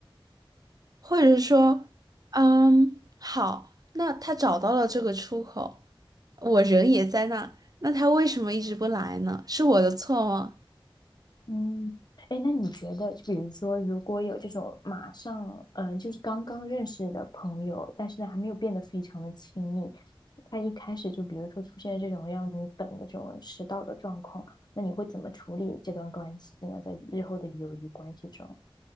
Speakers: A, on the right; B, on the left.
A: 或者是说，嗯，好，那他找到了这个出口，我人也在那，那他为什么一直不来呢？是我的错吗？
B: 嗯，哎，那你觉得，就比如说，如果有这种马上，嗯、就是刚刚认识的朋友，但是呢，还没有变得非常的亲密，他一开始就比如说出现这种让你等的这种迟到的状况，那你会怎么处理这段关系呢？在日后的友谊关系中，